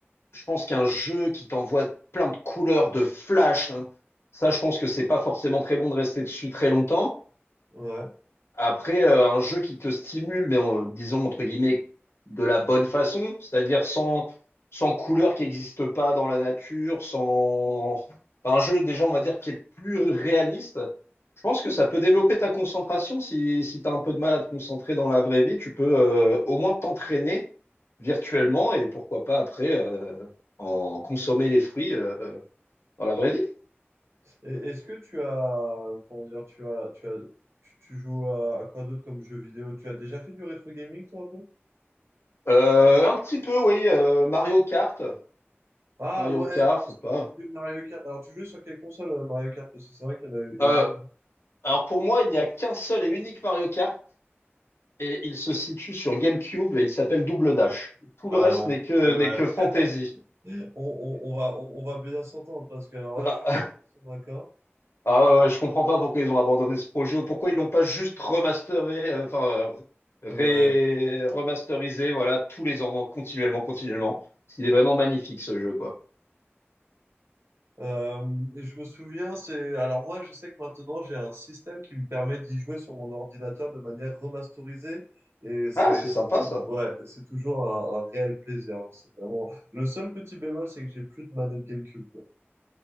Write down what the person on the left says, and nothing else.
je pense qu'un jeu qui t'envoie plein de couleurs, de flash, hein, ça, je pense que c'est pas forcément très bon de rester dessus très longtemps.
Après, euh, un jeu qui te stimule, mais on- disons entre guillemets de la bonne façon, c'est-à-dire sans, sans couleur qui n'existe pas dans la nature, sans Enfin, un jeu déjà, on va dire, qui est plus réaliste. Je pense que ça peut développer ta concentration. Si, si tu as un peu de mal à te concentrer dans la vraie vie, tu peux euh, au moins t'entraîner virtuellement et pourquoi pas après euh, en consommer les fruits euh, euh, dans la vraie vie.
Euh, un petit peu, oui, euh, Mario Kart.
Mario
Kart, c'est
pas.
euh, Alors pour moi, il n'y a qu'un seul et unique Mario Kart et il se situe sur GameCube et il s'appelle Double Dash. Tout
le reste
n'est que
n'est
que fantasy. <laughs>
Ah
ah ouais, ouais, je comprends pas pourquoi ils ont abandonné ce projet ou pourquoi ils l'ont pas juste remasteré, euh, enfin euh, ré-
remasterisé, voilà, tous les ans, continuellement, continuellement. Il est vraiment magnifique ce jeu, quoi.
Ah, c'est
sympa
ça.